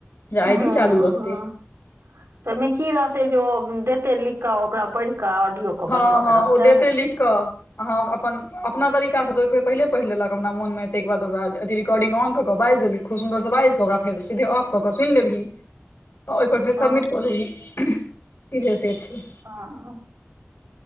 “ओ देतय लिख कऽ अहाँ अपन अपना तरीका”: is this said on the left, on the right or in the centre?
Left